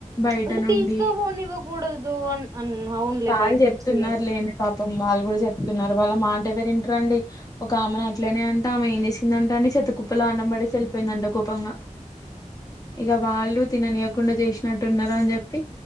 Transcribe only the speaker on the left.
బయట
నుండి
వాళ్
జెప్తున్నారు
లేండి పాప పాపం వాళ్ళు కూడా చెప్తున్నారు వాళ్ళ మాట ఎవరుంటారుండి ఒక ఆమెను అట్లనే అంట ఆమె ఏం చేసిందంట అండి చెత్త కుప్పలా అన్నం బడేసి ఎల్పోయిందంట కోపంగా ఇక వాళ్ళు తిననియకుండా జేసినట్టు ఉన్నారు అని జెప్పి